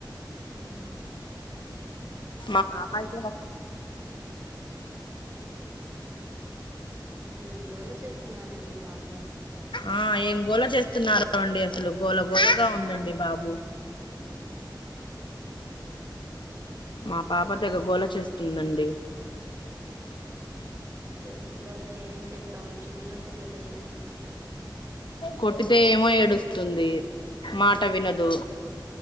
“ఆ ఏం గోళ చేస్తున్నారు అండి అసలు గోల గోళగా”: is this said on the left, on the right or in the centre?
Left